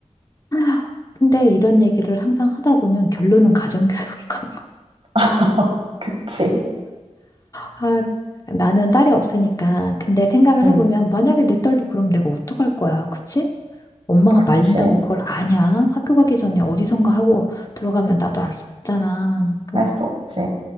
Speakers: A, on the left; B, on the right.
A: 아휴, 근데 이런 얘기를 항상 하다 보면 결론은 가정교육으로 가.
B: <laughs> 그치.
A: 아, 나는 딸이 없으니까. 근데 생각을
B: 응,
A: 해보면, 만약에 내 딸도 그럼 내가 어떡할 거야, 그치? 엄마가
B: 그치.
A: 말린다고 그걸 아냐? 학교 가기 전에 어디선가 하고 들어가면 나도 알 수 없잖아. 그
B: 할 수 없지.